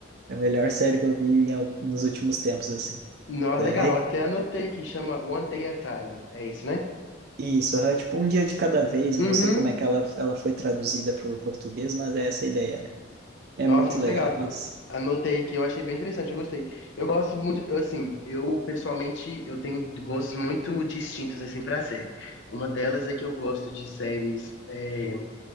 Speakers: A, on the right (about 50°); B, on the left (about 65°).
A: É a melhor série que eu vi em al- nos últimos tempos, assim.
B: Não,
A: É,
B: legal, até
A: é
B: anotei aqui, chama One Day at a Time, é isso, né?
A: isso, é tipo um dia de cada vez.
B: Uhum.
A: Eu não sei como é que ela, ela foi traduzida para o português, mas é essa a ideia, né? É
B: Nossa,
A: muito
B: muito
A: legal,
B: legal.
A: nossa.
B: Anotei aqui, eu achei bem interessante, eu gostei. Eu gosto muito, eu, assim, eu pessoalmente, eu tenho gostos muito distintos, assim, pra série. Uma delas é que eu gosto de séries é,